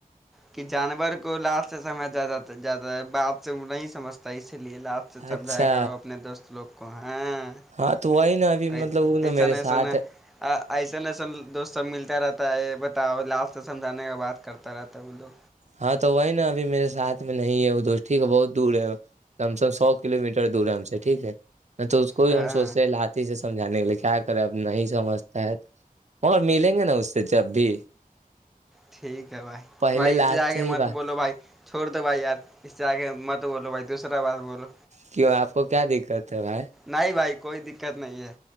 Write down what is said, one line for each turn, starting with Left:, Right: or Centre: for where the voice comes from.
Centre: کہ جانور کو لاسٹ سمے زیادہ زیادہ بات سے نہیں سمجھتا اسی لیے لاسٹ سمجھایا
Right: اچھا
Centre: کرو اپنے دوست لوگ کو ہاں
Right: ہاں تو وہی نا ابھی
Centre: ایسن
Right: مطلب وہ نا میرے
Centre: ایسن
Right: ساتھ ہے
Centre: ایسن ایسن دوست سب ملتا رہتا تا ہے بتاؤ لاسٹ سمجھانے کا بات کرتا رہتا ہے وہ لوگ
Right: ہاں تو وہی نا ابھی میرے ساتھ میں نہیں ہے وہ دوست ٹھیک ہے بہت دور ہے کم سےم سو کلو میٹر دور ہے ہم سے ٹھیک ہے تو اس کو بھی
Centre: ہاں
Right: ہم سوچتے ہیں لات سے سمجانے کے لیے کیا کریں اب نہیں سمجتا ہے مگر ملیں گے نا اس سے جب بھی
Centre: ٹھیک ہے بھائی
Right: پہلے
Centre: بھائی
Right: لات
Centre: اس سے آ کےے
Right: ہی
Centre: مت
Right: بات
Centre: بولو بھائی چھوڑ دو بھائی یار اس سے آگ مت بولو بھائی دوسرا بات بولو
Right: کیوں آپ کو کیا دقت ہے بھائی
Centre: نہیں بھائی کوئی دقت نہیں ہے